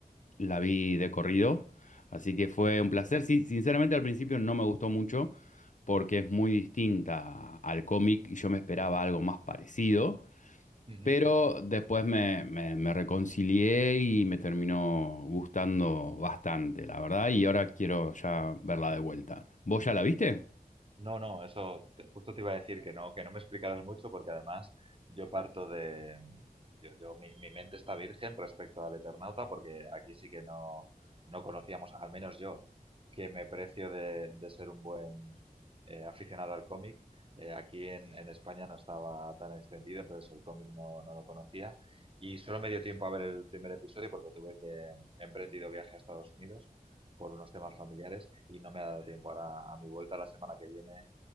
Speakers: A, on the left; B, on the right.
A: la vi de corrido, así que fue
B: Vale.
A: un placer. Sí, sinceramente al principio no me gustó mucho porque es muy distinta al cómic y yo me esperaba algo más parecido.
B: Ujú.
A: Pero después me, me- me reconcilié y me terminó gustando bastante, la verdad, y ahora quiero ya verla de vuelta. ¿Vos ya la viste?
B: No, no, eso te- justo te iba a decir que no, que no me explicaras mucho porque además yo parto de, yo, yo- mi, mi mente está virgen respecto al Eternauta porque aquí sí que no, no conocíamos, al menos yo, que me precio de, de ser un buen eh, aficionado al cómic. Eh, aquí en, en España no estaba tan extendido, entonces el cómic no, no lo conocía y solo me dio tiempo a ver el primer episodio porque tuve que he emprendido viaje a Estados Unidos por unos temas familiares y no me ha dado tiempo. Ahora, a mi vuelta la semana que viene,